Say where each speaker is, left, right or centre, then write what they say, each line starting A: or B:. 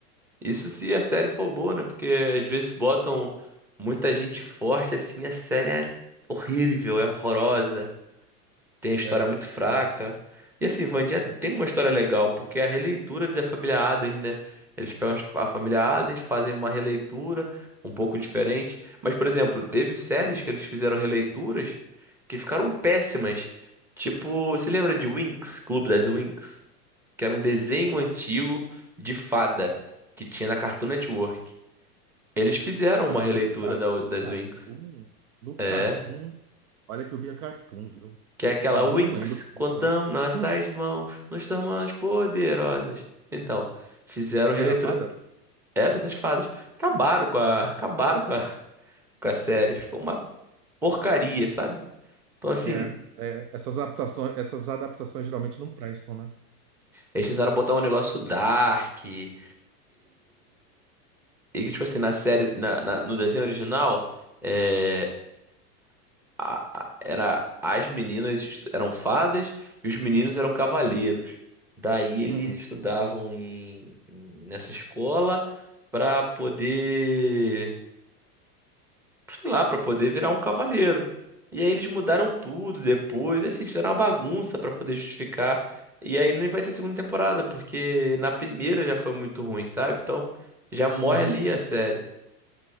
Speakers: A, in the centre; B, on the right (about 70°).
A: Isso se a série for boa, né? Porque às vezes botam muita gente forte assim, a série é horrível, é horrorosa. tem história
B: É,
A: muito fraca.
B: é,
A: E assim, Wandinha
B: é.
A: tem uma história legal, porque é a releitura da família Addams, né? Eles pegam as- a família Addams, fazem uma releitura um pouco diferente. Mas, por exemplo, teve séries que eles fizeram releituras que ficaram péssimas. Tipo, você lembra de Winx, Clube das Winx? Que era um desenho antigo de fada que tinha na Cartoon Network. Eles fizeram uma
B: Cara,
A: releitura
B: no Cartoon,
A: da-
B: no
A: das
B: Cartoon,
A: Winx.
B: no Cartoon,
A: É.
B: olha que eu via Cartoon, viu?
A: que é aquela
B: Não,
A: Winx,
B: não lembro, não
A: quando
B: lembro.
A: damos nossas
B: Não-
A: mãos, nos tornamos poderosas. Então, fizeram
B: e
A: releitura
B: era fada?
A: é dessas fadas. Acabaram com a, acabaram com a, com a série, ficou uma porcaria, sabe? Então, assim,
B: É, é. Essas adaptações, essas adaptações geralmente não prestam, né?
A: eles tentaram botar um negócio dark e e que tipo assim, na série, na, na- no desenho original, é, a- a- era as meninas estu- eram fadas e os meninos eram cavaleiros. Daí eles
B: Hum,
A: estudavam em, em- nessa escola para poder, sei lá, para poder virar um cavaleiro. E aí eles mudaram tudo depois, e assim, fizeram uma bagunça para poder justificar. E aí nem vai ter segunda temporada, porque na primeira já foi muito ruim, sabe? Então já morre
B: uhum.
A: ali a série.